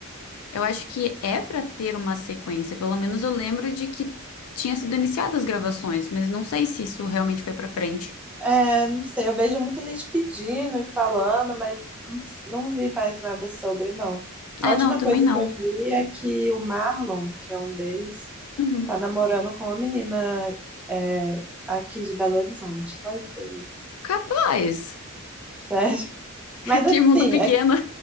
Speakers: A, on the left; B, in the centre.
A: Eu acho que é pra ter uma sequência. Pelo menos eu lembro de que tinha sido iniciadas as gravações, mas não sei se isso realmente foi pra frente.
B: É, não sei, eu vejo muita gente pedindo e falando, mas não, não vi mais nada sobre, não. A
A: É,
B: última
A: não, também
B: coisa
A: não.
B: que eu vi é que o Marlon, que é um deles,
A: Uhum.
B: tá namorando com uma menina, é, aqui de Belo Horizonte. Só isso que eu vi.
A: Capaz!
B: Sério.
A: <laughs>
B: Mas assim,
A: Que mundo pequeno.
B: é, que-